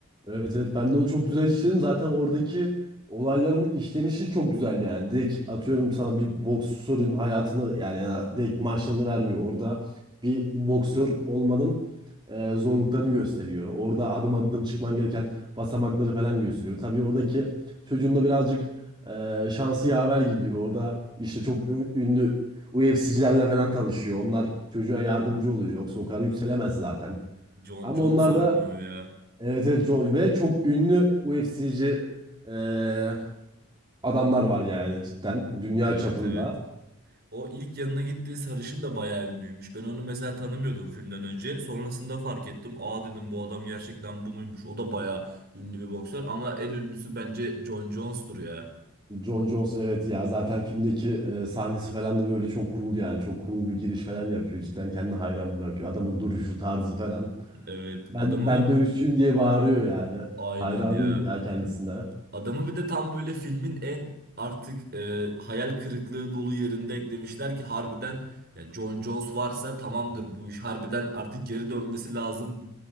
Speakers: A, on the right; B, on the right.
A: Evet evet ben de onu çok güzel işledim. Zaten oradaki olayların işlenişi çok güzel yani. Direkt atıyorum sana bir boksörün hayatını yani ya da direkt maçlarını vermiyor. Orada bir boksör olmanın e, zorluklarını gösteriyor. Orada adım adım çıkman gereken basamakları falan gösteriyor. Tabii oradaki çocuğun da birazcık e, şansı yaver gidiyor. Orada işte çok ü- ünlü UFC'cilerle falan tanışıyor. Onlar çocuğa yardımcı oluyor. Yoksa o kadar yükselemez zaten.
B: Jon
A: Ama
B: Jones
A: onlar
B: oynuyor
A: da
B: ya.
A: Evet, evet çok- ve çok ünlü UFC'ci eee, adamlar var yani cidden dünya
B: Evet
A: çapında.
B: evet. O ilk yanına gittiği sarışın da bayağı ünlüymüş. Ben onu mesela tanımıyordum filmden önce. Sonrasında fark ettim. Aa dedim bu adam gerçekten bu muymuş? O da bayağı ünlü bir boksör ama en ünlüsü bence John Jones'tur ya.
A: Jon Jones evet ya zaten filmdeki eee, sahnesi falan da böyle çok cool yani çok cool bir giriş falan yapıyor. Cidden kendini hayran bırakıyor. Adamın duruşu tarzı falan.
B: Evet
A: Ben
B: adamı
A: ben dövüşçüyüm diye bağırıyor yani.
B: aynen
A: Hayranıyım
B: ya.
A: ya kendisine.
B: Adamı bir de tam böyle filmin en artık e, hayal kırıklığı dolu yerinde eklemişler ki harbiden ya Jon Jones varsa tamamdır bu iş. Harbiden artık geri dönmesi lazım